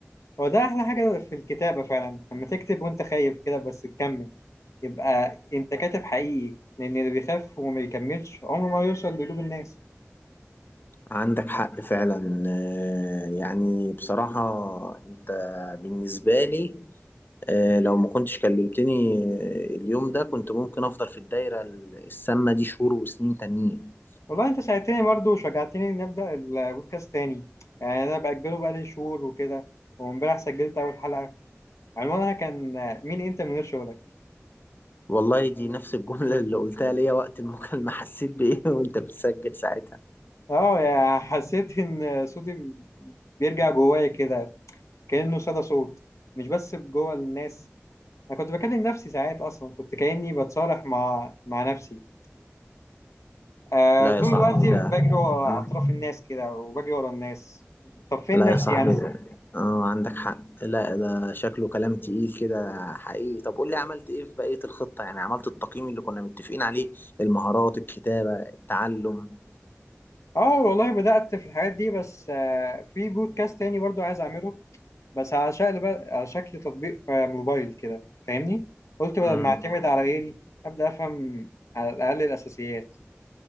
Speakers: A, on the left (about 75°); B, on the left (about 45°).
A: هو ده احلى حاجه في الكتابه فعلا لما تكتب وانت خايف كده بس تكمل يبقى انت كاتب حقيقي لان اللي بيخاف وما بيكملش عمره ما يوصل لقلوب الناس
B: عندك حق فعلا آه، يعني بصراحة انت بالنسبة لي آه، لو ما كنتش كلمتني آه، اليوم ده كنت ممكن افضل في الدايرة السامة دي شهور وسنين تانيين
A: والله انت ساعدتني برضه وشجعتني نبدا البودكاست تاني يعني انا باجله بقالي شهور وكده وامبارح سجلت اول حلقه عنوانها كان مين انت من غير شغلك
B: والله دي نفس الجملة <laughs> اللي قلتها ليا وقت المكالمة <laughs> حسيت بإيه وانت بتسجل ساعتها
A: اه يا حسيت ان صوتي بيرجع جوايا كده كانه صدى صوت مش بس جوه الناس انا كنت بكلم نفسي ساعات اصلا كنت كاني بتصالح مع مع نفسي آه
B: لا
A: طول
B: يا صاحبي
A: الوقت
B: ده
A: بجري ورا
B: مم.
A: اطراف الناس كده وبجري ورا الناس طب فين
B: لا
A: نفسي
B: يا صاحبي
A: انا
B: ده اه عندك حق لا ده شكله كلام تقيل كده حقيقي طب قول لي عملت ايه في بقية الخطة يعني عملت التقييم اللي كنا متفقين عليه المهارات الكتابة التعلم
A: اه والله بدأت في الحاجات دي بس آه في بودكاست تاني برضو عايز اعمله بس على شكل بقى على شكل تطبيق آه، موبايل كده فاهمني قلت بدل
B: امم
A: ما اعتمد على غيري ابدأ افهم على الاقل الاساسيات